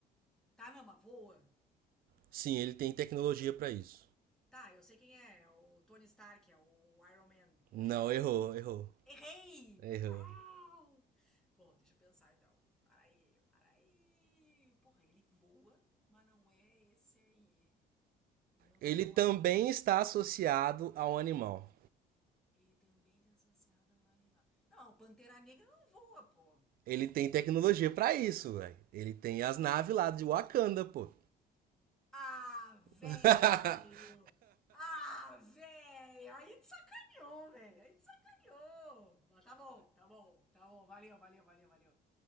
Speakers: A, in the centre; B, on the right (about 60°).
A: Tá, não, mas voa.
B: Sim, ele tem tecnologia pra isso.
A: Tá, eu sei quem é. É o Tony Stark, é o Iron Man, Homem
B: Não,
A: de Ferro.
B: errou, errou.
A: Errei!
B: Errou.
A: Não! Bom, deixa eu pensar então. Para aí, para aí. Porra, ele voa, mas não é esse aí. Não
B: Ele
A: é o
B: também
A: arco.
B: está associado a um animal.
A: E também tem associado a um animal. Não, o Pantera Negra não voa, pô.
B: Ele tem tecnologia pra isso, velho. Ele tem as naves lá de Wakanda, pô.
A: Ah, velho!
B: <laughs>
A: Ah, velho! Aí te sacaneou, velho! Aí te sacaneou! Mas tá bom, tá bom, tá bom. Valeu, valeu, valeu, valeu.